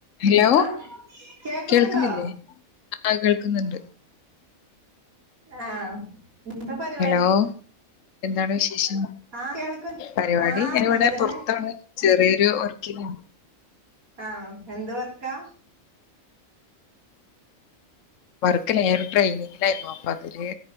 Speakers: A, on the left; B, on the right.
A: Hello
B: ആ കേക്ക്ണണ്ടോ?
A: കേൾക്കുന്നില്ലേ ആ കേൾക്കുന്നുണ്ട്
B: ആഹ എന്താ പരിപാടി?
A: ഹലോ എന്താണ് വിശേഷം?
B: ആഹ് കേൾക്ക
A: പരിപാടി
B: ആഹ്
A: ഞാൻ
B: നല്ലതന്നെ
A: ഇവിടെ പുറത്തണാണ് ചെറിയൊരു വർക്കിലാ
B: ആഹ എന്ത് വർക്കാ?
A: വർക്കല്ല ഞാന് ട്രെനിങ്ങിലായിരുന്നു അപ്പൊ അതില്